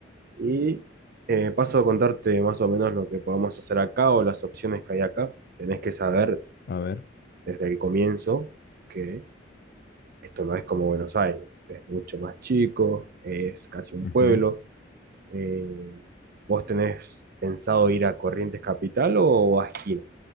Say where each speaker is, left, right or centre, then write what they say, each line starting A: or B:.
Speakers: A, on the right; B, on the left.
A: Y eh, paso a contarte más o menos lo que podemos hacer acá o las opciones que hay acá. Tenés que saber
B: A ver.
A: desde el comienzo que esto no es como Buenos Aires, es mucho más chico, es casi un
B: Ujú.
A: pueblo. Eh, ¿vos tenés pensado ir a Corrientes Capital o a Esquina,